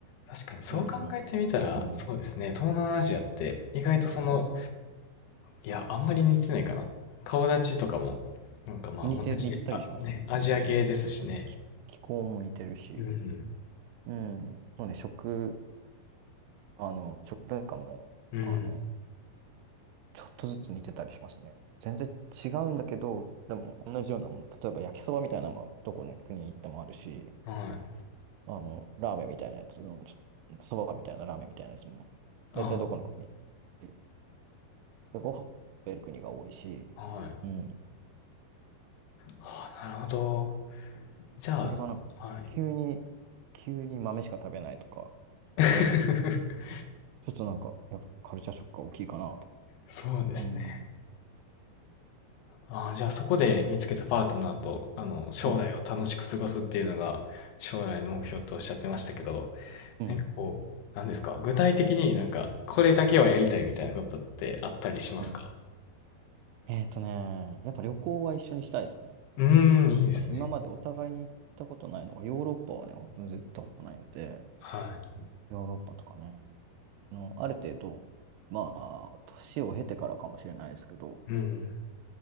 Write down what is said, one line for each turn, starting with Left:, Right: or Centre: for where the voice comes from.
Left: 確かにそう考えてみたら、
Right: それとね、うん。
Left: そうですね、東南アジアって意外とその、
Right: 結構ね、
Left: いや、あんまり似てないかな。顔立ちとかも、なんかまあ同じ、
Right: 似て、似てたりしますね。
Left: あ、ね、
Right: 似てたりします。
Left: アジア系ですしね。
Right: うん。気気候も似てるし、
Left: うん。
Right: うん。そうね、食、あの、食文化も、
Left: うん。
Right: あの、ちょっとずつ似てたりしますね。全然違うんだけど、でも同じようなもの。例えば焼きそばみたいなのもどこの国に行ってもあるし、
Left: はい。
Right: あの、ラーメンみたいなやつの、ちょっと、そばみたいなラーメンみたいなやつも、大体どこの国
Left: あ、
Right: でご飯食べる国が多いし、
Left: はい。
Right: うん。
Left: あ、なるほど。じゃあ、
Right: それがなんか、
Left: はい。
Right: 急に、急に豆しか食べないとか、
Left: <laughs>
Right: なっちゃったら、ちょっとなんか、やっぱカルチャーショックが大きいかなと。
Left: そうですね。
Right: うん。
Left: ああ、じゃあそこで見つけたパートナーと、あの、将来を楽しく過ごすっていうのが将来の目標とおっしゃってましたけど、
Right: うん。うん。
Left: なんかこう、なんですか具体的になんか、これだけはやりたいみたいなことってあったりしますか
Right: うん。うんえっとね、やっぱ旅行は一緒にしたいですね。
Left: うーん、
Right: そうね、
Left: いいですね。
Right: 今までお互いに行ったことないのが、ヨーロッパはね、ほんと絶対行ったことないので、
Left: は
Right: ヨーロッパとかね、あの、ある程度、まあ、年を経てからかもしれないですけど、
Left: い。うん。